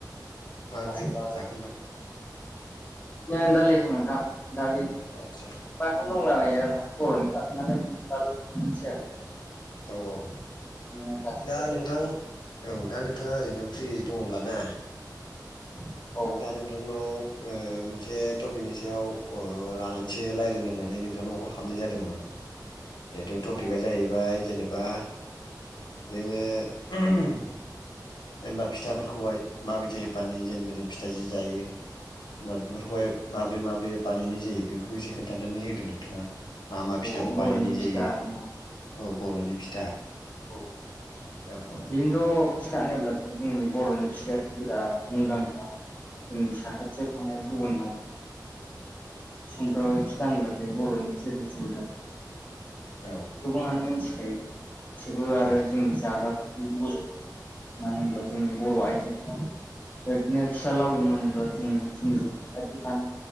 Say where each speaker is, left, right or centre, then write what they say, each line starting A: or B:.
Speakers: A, on the left; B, on the left.
A: मा
B: जासिलाबाय
A: ओंख्रि जाखो नोंथां
B: ओ दालिसो नोंथां ओ दालि
A: ओ आदसा
B: दंला बायो आंना बर'नि <unintelligible> आरो
A: औ औ
B: बिदिनो जासिबाय
A: दा नोंथां औ दा नोंथाङा ओरैनो फ्रि दङ'ब्ला ना
B: <inaudible>
A: दा नोंथांनाव ओ मोनसे टपिकनि सायाव ओ लानानैसो रायलायनायनानै नोंथांनाव कल खालामनाय जादोंमोन। बेथ' टपिकआ
B: औ
A: जाहैबाय जेनेबा जोङो <inaudible> जेनेबा फिथाफोरखौहाय माबायदिहाय बानायो जेनेबा जों फिथा जि जायो जेनबा बेफोरखौहाय माबोरै माबोरै बानायनाय जायो बेफोरखौ एसे खोन्थानो होदो नोंथाङा मा मा
B: औ
A: फिथाखौ
B: बर'नि
A: बानायनाय
B: फिथा
A: जायो
B: आरोना
A: औ बर'नि फिथा।
B: औ।
A: औ औ।
B: खिन्थु फिथा होनोब्लाथ' जोंनि बर'नि फिथायाथ' बिराद मुंदांखा। जोंनि साखाथियाव थानाय गुबुन हारिफ्रा <unintelligible> फिथा होनब्लाथाय बर'नि ट्रेडिसनेल
A: औ।
B: गोबाङानो मिनथिखायो बिसोरबो आरो
A: औ
B: जोंनि जाग्रा <inaudible> मानो होनब्ला जोंनि बर' आइजोफ्रा बिफोर बादिनो फिथा लावदुम होनोबा जोङो जोंनि खाथियाव थानाय